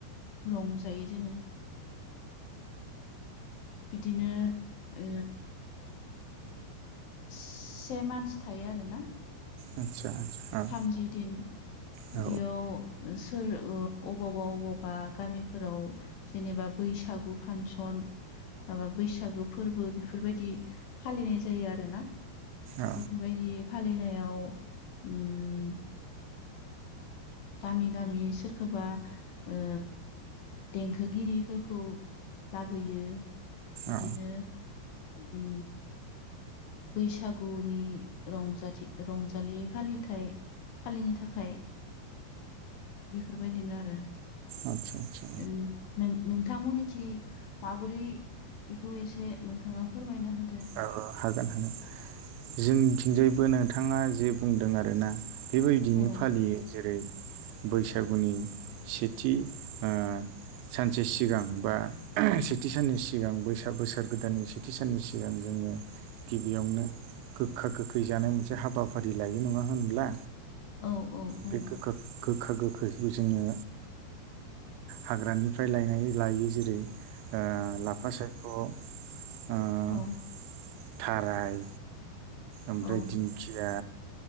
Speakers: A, on the left; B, on the right.
A: रंजायो जोङो बिदिनो ओ से मान्स थायो आरोना
B: आदसा आदसा औ
A: थामजि दिन
B: औ
A: बेयाव सोर ओ अबावबा अबावबा गामिफोराव जेनेबा बैसागु फांसन माबा बैसागु फोरबो बेफोरबायदि फालिनाय जायो आरोना
B: औ
A: बेफोरबायदि फालिनायाव उम गामि गामि सोरखौबा ओ देंखोगिरिफोरखौ लाबोयो बिदिनो
B: आदसा
A: उम बैसागुनि रंजा रंजालि फालिथाय फालिनो थाखाय बेफोरबायदिनो आरो
B: आदसा औ
A: उम नों नोंथांमोननिथि माबोरै बेखौ एसे नोंथाङा फोरमायना होदो
B: औ हागोन हागोन जोंनिथिंजायबो नोंथाङा जे बुंदों आरोना बेबायदिनो
A: औ
B: फालियो जेरै जेरै बैसागुनि सेथि ओ सानसे सिगां बा सेथि साननि सिगां बैसाग बोसोर गोदाननि सेथि साननि सिगां जोङो गिबियावनो गोखा गोखै जानाय मोनसे हाबाफारि लायो नङा होनब्ला
A: औ औ औ
B: बे गोखा गोखैखौ जोङो हाग्रानिफ्राय लायनाय लायो जेरै ओ लाफा सायख' ओ
A: औ
B: थाराय ओमफ्राय
A: औ
B: दिंखिया